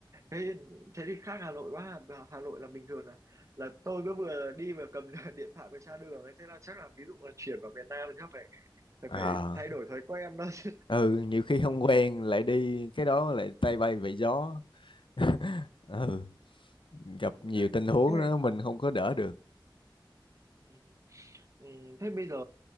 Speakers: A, on the right (about 40°); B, on the left (about 80°).
A: Thế thế thì khác Hà Nội quá. Hà Hà Nội là bình thường là là tôi cứ vừa đi vừa cầm <laughs> điện thoại vừa tra đường ấy. Thế là chắc là ví dụ là chuyển vào miền Nam thì chắc phải phải
B: à
A: phải thay đổi thói quen đó chứ.
B: ừ nhiều khi không quen lại
A: <laughs>
B: đi cái đó lại tay bay về gió <laughs> ừ gặp
A: Ừ,
B: nhiều
A: đấy.
B: tình huống
A: Thế,
B: đó mình không có đỡ được
A: ừ. Ừ, thế bây giờ